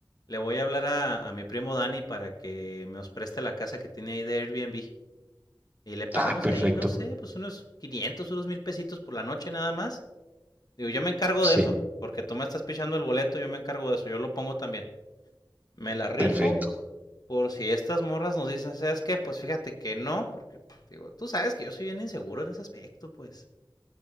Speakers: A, on the left; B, on the right.
A: Le voy a hablar a, a mi primo Dani para que nos preste la casa que tiene ahí de Airbnb. Y le pagamos
B: Ah, perfecto,
A: ahí, no sé, pues unos 500 unos mil pesitos por la noche nada más. Digo, yo me encargo
B: sí,
A: de eso, porque tú me estás pichando el boleto, yo me encargo de eso, yo lo pongo también. Me la rifo
B: perfecto.
A: por si estas morras nos dicen, ¿sabes qué? Pues fíjate que no, porque digo, tú sabes que yo soy bien inseguro en ese aspecto, pues.